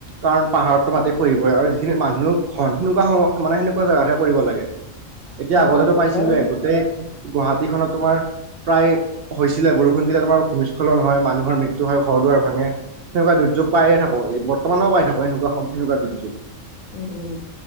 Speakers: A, on the right; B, on the left.
A: কাৰণ পাহাৰততো মাটি খৰিবই আৰু যিখিনি মানুহ ঘন সেনেকুৱা সময় মানে সেনেকুৱা জেগাতহে কৰিব লাগে।
B: <unintelligible>
A: এতিয়া আগতেতটো
B: উম উম
A: পাইছিলোয়ে
B: ধৰ
A: গোতেেই গুৱাহাটীখনত তোমাৰ প্ৰায় হৈছিলে বৰষুণ দিল তোমাৰ ভূমিস্খলন হয় মানুহৰ মৃত্যু হয় ঘৰ দুৱাৰ ভাঙে, সেনেুৱা দুৰ্যোগ পায়ে থাকক এই ব্তেও পাই থাকো এনেকুৱা সম সেনেকুৱা দুৰ্যোগ।
B: উম, উম,